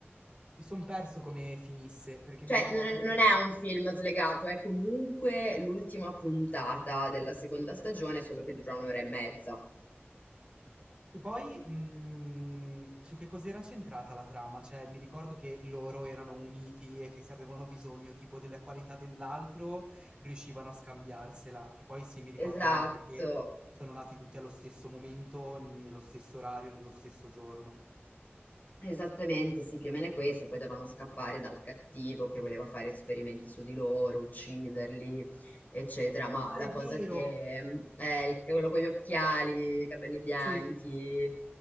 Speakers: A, on the right (about 25°); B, on the left (about 45°).
A: Mi sono perso come finisse, perché
B: Cioè,
A: mi ricordo
B: non non
A: che...
B: è un film slegato, è comunque l'ultima puntata della seconda stagione, solo che dura un'ora e mezza.
A: Che poi, mh, su che cos'era centrata la trama? Cioè, mi ricordo che loro erano uniti e che se avevano bisogno tipo della qualità dell'altro, riuscivano a scambiarsela. E poi sì, mi ricordo
B: Esatto.
A: anche che sono nati tutti allo stesso momento, nello stesso orario, nello stesso giorno.
B: Esattamente, sì, più o meno è questo, e poi dovevano scappare dal cattivo che voleva fare esperimenti su di loro, ucciderli, eccetera. Ma
A: Ah,
B: la
A: è
B: cosa
A: vero!
B: che mm, è il- quello con gli occhiali, i capelli bianchi,
A: Sì,